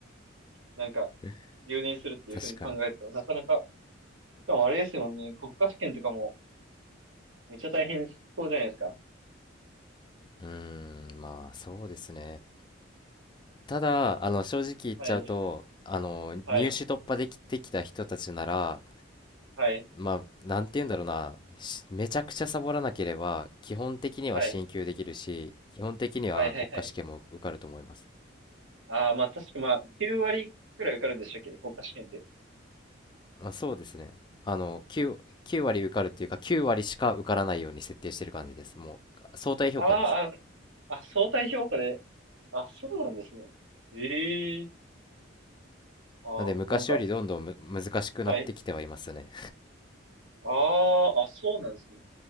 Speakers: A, on the right (about 80°); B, on the left (about 25°).
A: なんか、
B: <laughs>
A: 留年するっていうふうに考えると、
B: 確かに。
A: なかなか、しかもあれですよね。国家試験とかも、めっちゃ大変そうじゃないですか。
B: うーん、まあそうですね。ただ、あの、正直言っちゃうと、
A: はい。
B: あの、
A: はい。
B: 入試突破できてきた人たちなら、
A: はい。
B: まあ、なんて言うんだろうな、しめちゃくちゃサボらなければ、基本的には進級できるし、
A: はい。
B: 基本的には国家試験も受かると思います。
A: はい。はい。はい。ああ、まあ確かまあ、9割くらい受かるんでしたっけ国家試験って。
B: まあ、そうですね。あの、9、9割受かるっていうか、9割しか受からないように設定してる感じです。もう、相対評価です。
A: ああ、あ、あ、相対評価で。あ、そうなんですね。ええああ、
B: なんで、昔よりどんどんむ難しくなってきてはいますね。
A: なんか、はい。ああ、あ、そうなんですね。